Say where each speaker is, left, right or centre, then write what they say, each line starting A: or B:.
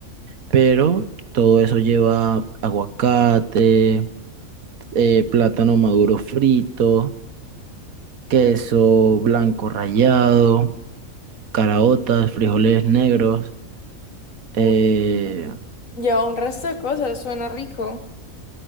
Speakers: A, on the right; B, on the left.
A: pero todo eso lleva aguacate, eh, plátano maduro frito, queso
B: Ujú.
A: blanco rallado, caraotas, frijoles negros. eh,
B: Uy, lleva un resto de cosas, suena rico.